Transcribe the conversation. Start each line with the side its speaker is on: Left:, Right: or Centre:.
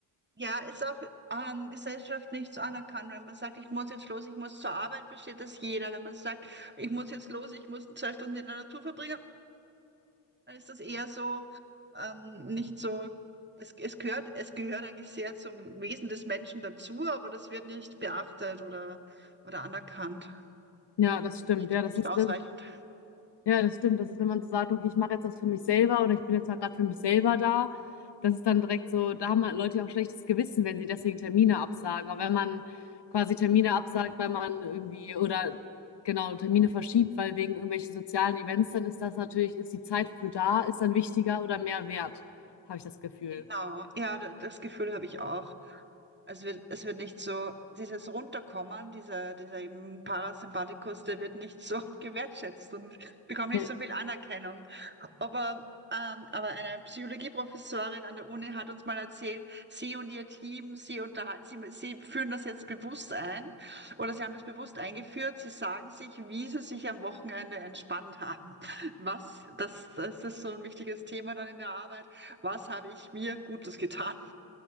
Right: Ja, ist auch ähm, gesellschaftlich so anerkannt, wenn man sagt, ich muss jetzt los, ich muss zur Arbeit, versteht das jeder. Wenn man sagt, ich muss jetzt los, ich muss zwei Stunden in der Natur verbringen, Dann ist das eher so, ähm, nicht so, es, es gehört, es gehört eigentlich sehr zum Wesen des Menschen dazu, aber das wird nicht beachtet oder, oder anerkannt.
Left: Ja, das stimmt.
Right: Nicht,
Left: Ja, das
Right: nicht
Left: ist,
Right: ausreichend.
Left: das, ja, das stimmt. Das ist, wenn man so sagt, okay, ich mache jetzt das für mich selber oder ich bin jetzt mal gerade für mich selber da, das ist dann direkt so, da haben halt Leute ja auch schlechtes Gewissen, wenn sie deswegen Termine absagen. Aber wenn man quasi Termine absagt, weil man irgendwie oder genau Termine verschiebt, weil wegen irgendwelchen sozialen Events, dann ist das natürlich, ist die Zeit für da, ist dann wichtiger oder mehr wert, habe ich das Gefühl.
Right: Genau, ja, da- das Gefühl habe ich auch. Es wird, es wird nicht so, dieses Runterkommen, dieser, dieser eben Parasympathikus, der wird nicht so <laughs> gewertschätzt und bekommt nicht
Left: Ja,
Right: so viel Anerkennung. Aber, ähm, aber eine Psychologieprofessorin an der Uni hat uns mal erzählt, sie und ihr Team, sie unterhalten, sie, sie führen das jetzt bewusst ein oder sie haben das bewusst eingeführt. Sie sagen sich, wie sie sich am Wochenende entspannt haben. Was, das, das ist so ein wichtiges Thema dann in der Arbeit. Was habe ich mir Gutes getan,